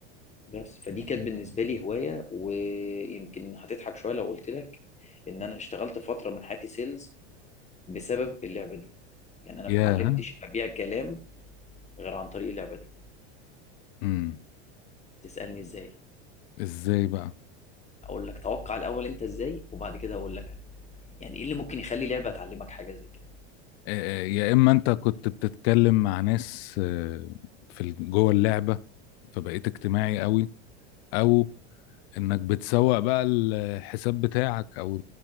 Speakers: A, on the left; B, on the left.
A: بس فدي كانت بالنسبه لي هوايه ويمكن هتضحك شويه لو قلت لك ان انا اشتغلت فتره من حياتي سيلز بسبب اللعبه دي يعني انا
B: يا
A: ما اتعلمتش ابيع كلام غير عن طريق اللعبه دي
B: امم
A: تسالني ازاي
B: ازاي بقى
A: اقول لك توقع الاول انت ازاي وبعد كده اقول لك يعني ايه اللي ممكن يخلي لعبه تعلمك حاجه زي كده
B: آه، آه، يا اما انت كنت بتتكلم مع ناس آه، في ال- جوه اللعبة فبقيت اجتماعي قوي او انك بتسوق بقى الحساب بتاعك او